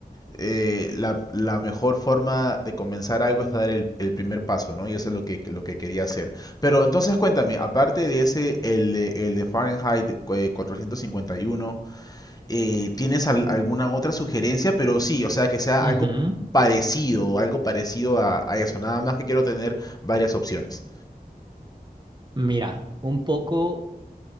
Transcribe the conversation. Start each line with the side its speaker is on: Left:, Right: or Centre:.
Left: eh, la, la mejor forma de comenzar algo es dar el, el primer paso, ¿no? Y eso es lo que, lo que quería hacer. Pero entonces cuéntame, aparte de ese, el, de- el de Fahrenheit eh, 451, eh, ¿tienes al- alguna otra sugerencia? Pero sí, o sea, que sea
Right: Ujú.
Left: algo parecido, algo parecido a, a eso. Nada más que quiero tener varias opciones.
Right: Mira, un poco